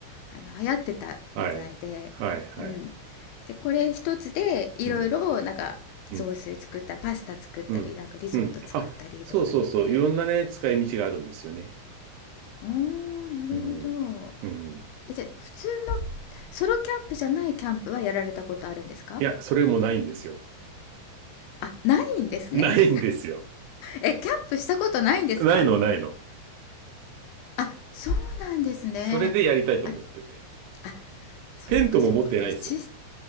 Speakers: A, on the left; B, on the right.
A: あの流行ってたみたいでうん
B: はい。はいはい。
A: でこれ一つでいろいろなんか雑炊作ったパスタ作ったりなんかリゾット作ったりとか言って
B: うん、うん、うん、うん。あ、そうそうそう。いろんなね、使い道があるんですよね。
A: あーなるほど
B: うん、うん。
A: えじゃあ普通のソロキャンプじゃないキャンプはやられたことあるんですか
B: いや、それもないんですよ。
A: あ、ないんですね。
B: <laughs> ないんですよ。
A: え、キャンプしたことないんですか？
B: ないの、ないの。
A: あ、そうなんですね。
B: それでやりたいと思ってて。
A: ああ、そうかそうか。
B: テントも持ってないんですよ。
A: 私ち